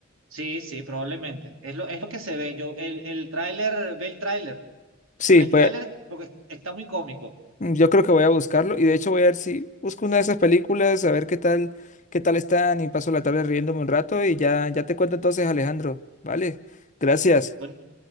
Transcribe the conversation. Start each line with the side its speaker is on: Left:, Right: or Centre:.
Right: Sí, sí, probablemente. Es lo, es lo que se ve. Yo, el, el tráiler, ve el tráiler,
Left: Sí,
Right: ve el
Left: pues
Right: tráiler porque está muy cómico.
Left: mm, yo creo que voy a buscarlo y de hecho voy a ver si busco una de esas películas, a ver qué tal, qué tal están y paso la tarde riéndome un rato y ya, ya te cuento entonces, Alejandro, ¿vale? Gracias.
Right: Buen-